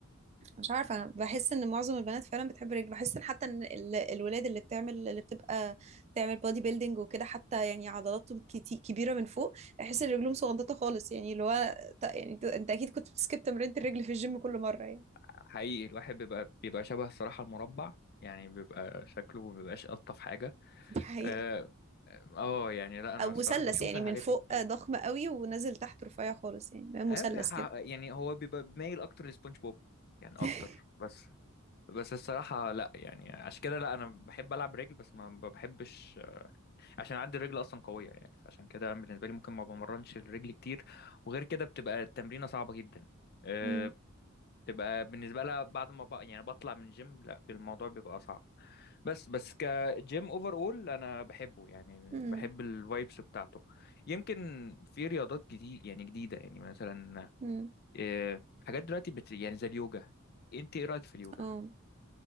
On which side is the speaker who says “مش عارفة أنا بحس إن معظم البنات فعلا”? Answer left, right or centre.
Right